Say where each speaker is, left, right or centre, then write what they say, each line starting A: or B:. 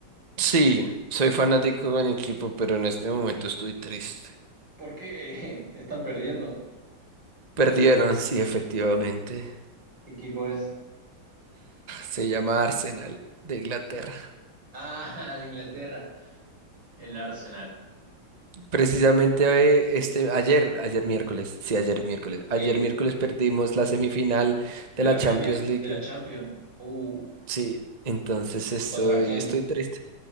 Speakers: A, on the right (about 25°); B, on the right (about 75°).
A: Sí, soy fanático de un equipo, pero en este momento estoy triste.
B: ¿Por qué <laughs> están perdiendo?
A: Perdieron, sí, efectivamente.
B: ¿Qué equipo es?
A: Se llama Arsenal de Inglaterra.
B: Ah, de Inglaterra, el Arsenal.
A: Precisamente eh, este ayer, ayer miércoles, sí, ayer miércoles.
B: Eh,
A: Ayer miércoles perdimos la semifinal
B: de
A: de la
B: la
A: Champions
B: Premier,
A: League
B: de la Champions. Uh,
A: Sí, entonces estoy,
B: ¿contra quién?
A: estoy triste.